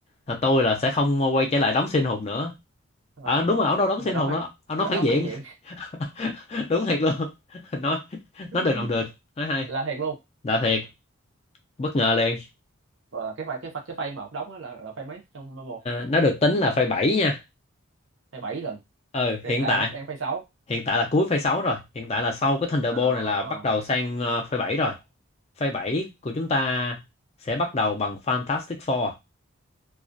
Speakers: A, on the left; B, on the right.
A: là tôi là sẽ không quay trở lại đóng siêu anh hùng nữa.
B: Ờ.
A: À, đúng rồi ông đâu đóng
B: nhưng
A: siêu
B: mà
A: anh
B: đóng
A: hùng
B: phản
A: đó, ông
B: đóng
A: nói phản
B: đóng
A: diện.
B: phản diện
A: <laughs> đúng thiệt luôn. <laughs> Nói
B: <laughs>
A: nói được làm được, nói hay.
B: là thiệt luôn
A: Là thiệt, bất ngờ liền.
B: rồi là cái phay cái phay cái phay mà ông đóng á là là phay mấy trong một
A: nó được tính là phase 7 nha
B: phay bảy lần
A: ừ
B: thì
A: hiện
B: hiện tại
A: tại
B: đang đang phay sáu
A: hiện tại là cuối phase 6 rồi hiện tại là sau cái Thunderbolt
B: à,
A: này là bắt đầu sang ờ, phase 7 rồi phase 7 của chúng ta sẽ bắt đầu bằng Fantastic Four